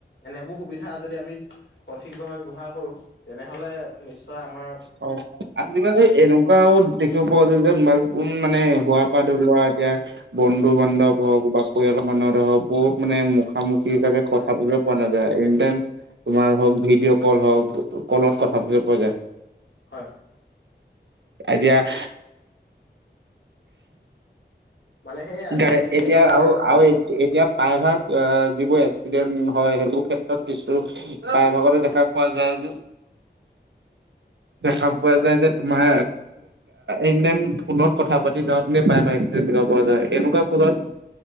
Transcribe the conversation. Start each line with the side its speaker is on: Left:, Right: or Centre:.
Left: এনেবোৰ সুবিধা যদি আমি সঠিক ভাৱে ব্যৱহাৰ কৰো, তেনেহ'লে নিশ্বয় তোমাৰ
Right: হয়, আজিকালি এনেকুৱাও দেখিব পোৱা যায়, যে ফোন মানে হোৱাৰ পৰা ধৰি লোৱা এতিয়া বন্ধু বান্ধৱ হওঁক বা পৰিয়ালৰ মানুহৰে হওঁক বহুত মানে মুখামুখি হিচাপে কথা পতিবলৈ পোৱা নাযায়। তোমাৰ হওঁক ভিডিঅ' কল হওঁক কলত কথা পাতিব পোৱা যায়।
Left: হয়
Right: আইদিয়া <inaudible>
Left: মানে সেইয়া
Right: গাই
Left: তুমি ঠিকে
Right: এতিয়া
Left: কৈছা
Right: আৰু
Left: যে অ
Right: আৰু এতিয়া প্ৰায়ভাগ অ' যিবোৰ এক্সিডেন্ট হয়, সেইবোৰ ক্ষেত্ৰত কিছু প্ৰায় ভাগতে দেখা পোৱা যায় যে।
Left: <inaudible>
Right: দেখা পোৱা
Left: হয়
Right: যায় যে তোমাৰ। এনিটাইম ফোনত কথা পাতি যাওঁতে পাই, পাই এক পোৱা যায়। এনেকুৱা কৰাত।